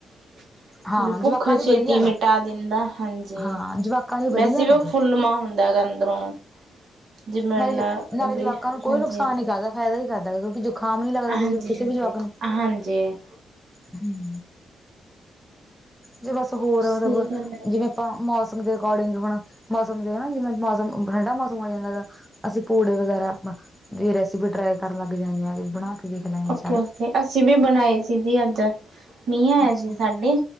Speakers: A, on the right; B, in the centre.
A: <inaudible>
B: ਹਾਂ
A: ਵੀ ਭੁੱਖ
B: ਜਵਾਕਾਂ ਲਈ
A: ਛੇਤੀ
B: ਵਧੀਆ
A: ਮਿਟਾ
B: ਗਾ
A: ਦਿੰਦਾ ਹਾਂਜੀ
B: ਹਾਂ ਜਵਾਕਾਂ ਲਈ
A: ਵੈਸੇ
B: ਵਧੀਆ
A: ਵੀ ਉਹ
B: ਗਾ ਇਹ
A: ਫੁੱਲਮਾ ਹੁੰਦਾ ੰਦਾ ਕੇ ਅੰਦਰੋਂ <unintelligible> ਜਿਵੇਂ
B: ਨਾਲੇ
A: ਨਾ
B: ਨਾਲੇ
A: ਵੀ
B: ਜਵਾਕਾਂ ਨੂੰ ਕੋਈ
A: ਹਾਂਜੀ।
B: ਨੁਕਸਾਨ ਨੀ ਕਰਦਾ ਫਾਇਦਾ ਹੀ ਕਰਦਾ ਹੈ। ਕਉਕਿ ਜ ਜਖਾਮ ਨੀ ਲੱਗਦਾ
A: ਹਾਂਜੀ-ਹਾਂਜੀ,
B: ਕਿਸੇ ਵੀ ਜਵਾਕ
A: ਹਾਂਜੀ
B: ਨੂੰ।
A: ਹਾਂਜੀ
B: ਹੂੰ ਜੀ ਬਸ ਹੋਰ
A: ਸਹੀ
B: ਮਤਲਬ
A: ਗੱਲ ਹੈ
B: ਜਿਵੇਂ
A: ਜੀ।
B: ਆਪਾਂ ਮੋਸਮ ਦੇ ਅਕੋਡਿੰਗ ਹੁਣ ਮੋਸਮ ਦੇ ਹਨਾ ਜਿਵੇਂ ਮੌਸਮ ਠੰਡਾ ਮੌਸਮ ਹੋ ਜਾਂਦਾ ਹੈਗਾ ਅਸੀ ਪੂੜੇ ਵਗੈਰਾ ਬ ਦੀ, ਰੈਸੀਪੀ ਟ੍ਰਾਈ ਕਰਨ ਲੱਗ ਜਾਂਨੇ ਆਗੇ ਬਣਾ ਕੇ <unintelligible>
A: ਓਕੇ
B: ਸਾਰੇ।
A: ਓਕੇ ਅਸੀਂ ਭੀ ਬਣਾਏ ਸੀ ਜੀ ਅੱਜ। ਮੀਂਹ ਆਇਆ
B: ਅੱਛਾ
A: ਸੀ ਸਾਡੇ